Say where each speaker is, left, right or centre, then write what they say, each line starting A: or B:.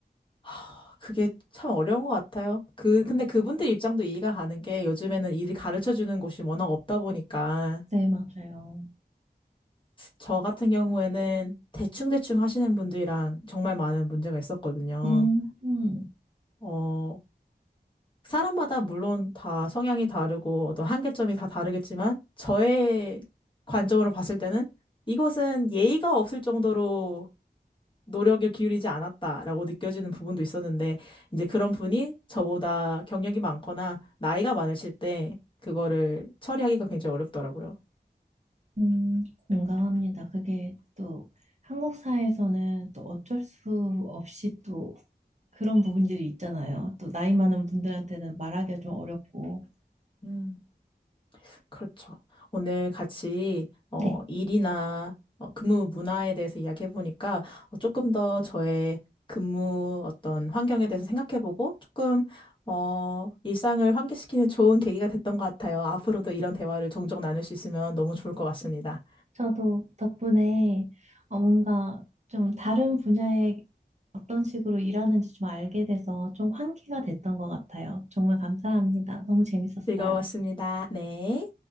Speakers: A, on the left; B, on the right.
A: 하, 그게 참 어려운 것 같아요. 그 근데
B: 음,
A: 그분들 입장도 이해가 가는 게 요즘에는 일을 가르쳐 주는 곳이 워낙 없다 보니까
B: 네, 맞아요.
A: 저 같은 경우에는 대충대충 하시는 분들이랑 정말 많은 문제가 있었거든요.
B: 음, 음,
A: 어, 사람마다 물론 다 성향이 다르고 어떤 한계점이 다 다르겠지만 저의 관점으로 봤을 때는 이것은 예의가 없을 정도로 노력을 기울이지 않았다라고 느껴지는 부분도 있었는데 이제 그런 분이 저보다 경력이 많거나 나이가 많으실 때 그거를 처리하기가 굉장히 어렵더라고요.
B: 음, 공감합니다. 그게 또 한국 사회에서는 또 어쩔 수 없이 또 그런 부분들이 있잖아요. 또 나이 많은 분들한테는 말하기가 좀 어렵고.
A: 음. 그렇죠. 오늘 같이 어,
B: 네,
A: 일이나 어, 근무 문화에 대해서 이야기해보니까 어, 조금 더 저의 근무 어떤 환경에 대해서 생각해보고 조금 어, 일상을 환기시키는 좋은 계기가 됐던 것 같아요. 앞으로도 이런 대화를 종종 나눌 수 있으면 너무 좋을 것 같습니다.
B: 저도 덕분에 어, 뭔가 좀 다른 분야에 어떤 식으로 일하는지 좀 알게 돼서 좀 환기가 됐던 것 같아요. 정말 감사합니다. 너무 재밌었어요.
A: 즐거웠습니다. 네.